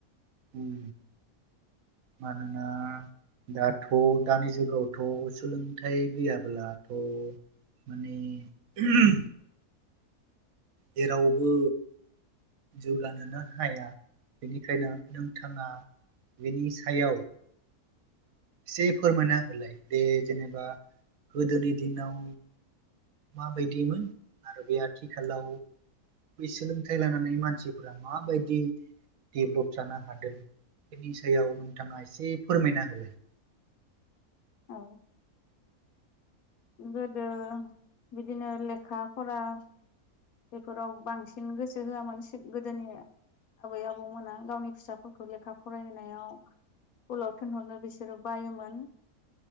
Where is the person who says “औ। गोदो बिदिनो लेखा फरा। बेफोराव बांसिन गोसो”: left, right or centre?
Left